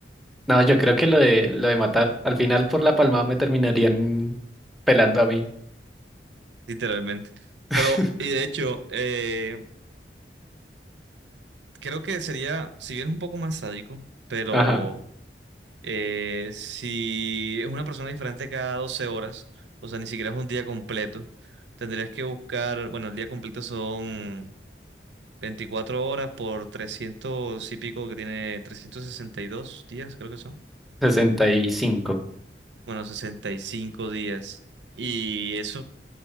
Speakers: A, in the centre; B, on the right (about 85°).
A: No, yo creo que lo de lo de matar. Al final por la palmada me terminarían pelando a mí.
B: literalmente.
A: <laughs>
B: Pero, y de hecho, eh, creo que sería, si bien es un poco más sádico, pero
A: Ajá,
B: eh, si es una persona diferente cada 12 horas, o sea, ni siquiera es un día completo, tendrías que buscar, bueno, el día completo son... 24 horas por 300 y pico que tiene 362 días, creo que son.
A: 65.
B: Bueno, 65 días. Y eso